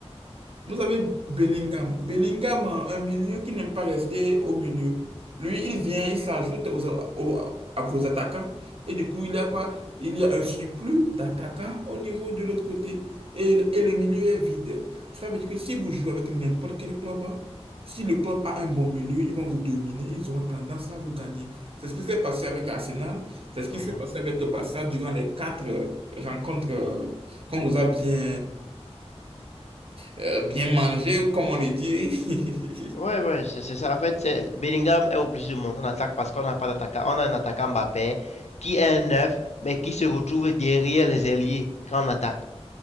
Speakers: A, on the right; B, on the left.
A: vous avez Bellingham. Bellingham, euh, un milieu qui n'aime pas rester au milieu. Lui, il vient, il s'ajoute aux, aux- à vos attaquants. Et du coup, il y a quoi? Il y a un surplus d'attaquants au niveau de l'autre côté. Et, et le milieu est vide. Ça veut dire que si vous jouez avec n'importe quel club, hein, si le club a un bon milieu, ils vont vous dominer. Ils auront tendance à vous gagner. C'est ce qui s'est passé avec Arsenal. C'est ce qui
B: mhm.
A: s'est passé avec Barça durant les quatre euh, rencontres euh, qu'on nous a bien euh, bien manger, comme on le dit.
B: Ouais,
A: <laughs>
B: ouais, c'est c'est ça. En fait, c'est- Bellingham est obligé de monter en attaque parce qu'on n'a pas d'attaquant. On a un attaquant Mbappé qui est un neuf, mais qui se retrouve derrière les ailiers quand on attaque.